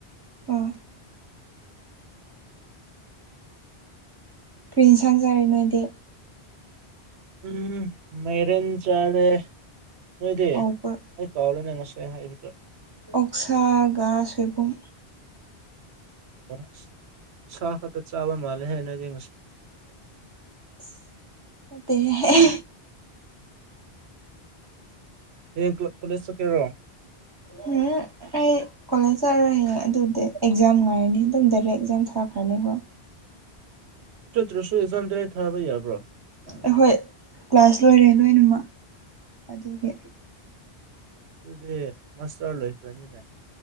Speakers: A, on the right; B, on the right.
A: ꯑꯣ ꯀꯔꯤ ꯍꯦꯟꯁꯥꯡ ꯆꯥꯔꯦ ꯅꯣꯏꯗꯤ
B: ꯎꯝ ꯃꯥꯏꯔꯦꯟ ꯆꯥꯔꯦ ꯅꯣꯏꯗꯤ
A: ꯍꯥꯎꯕ꯭ꯔ
B: ꯑꯩ ꯀꯥꯎꯔꯦꯅꯦ ꯉꯁꯥꯢ ꯁꯦ ꯍꯥꯏꯕꯗ
A: ꯑꯣꯛ ꯁꯥꯥꯒꯥ ꯁꯣꯏꯕꯨꯝ
B: ꯑꯣ ꯁꯥ ꯈꯠꯇ ꯆꯥꯕ ꯃꯥꯂꯦꯍꯦ ꯅꯣꯢꯗꯤ
A: ꯢꯁ ꯅꯇꯦꯍꯦ
B: ꯍꯌꯦꯡ ꯀꯣ ꯀꯣꯂꯦꯖ ꯆꯠꯀꯦꯔꯣ
A: ꯎꯝ ꯑꯩ ꯀꯣꯂꯦꯖ ꯆꯠꯔꯣꯏꯍꯦ ꯑꯗꯨꯗꯤ ꯑꯦꯛꯖꯥꯝ ꯉꯥꯏꯔꯅꯤ ꯑꯗꯨꯝ ꯗꯥꯏꯔꯦꯛ ꯑꯦꯛꯖꯥꯝ ꯊꯥꯈ꯭ꯔꯅꯤ ꯍꯣꯏ
B: ꯆꯠꯇ꯭ꯔꯁꯨ ꯑꯦꯛꯖꯥꯝ ꯗꯥꯢꯔꯦꯛ ꯊꯥꯕ ꯌꯥꯕ꯭ꯔꯣ
A: ꯑꯈꯣꯏ ꯀ꯭ꯂꯥꯁ ꯂꯣꯏꯔꯦ ꯂꯣꯏꯅꯃꯛ ꯑꯗꯨꯒꯤ
B: ꯑꯗꯨꯗꯤ ꯃꯥꯁꯇꯔ ꯂꯣꯏꯈ꯭ꯔꯅꯤꯅꯦ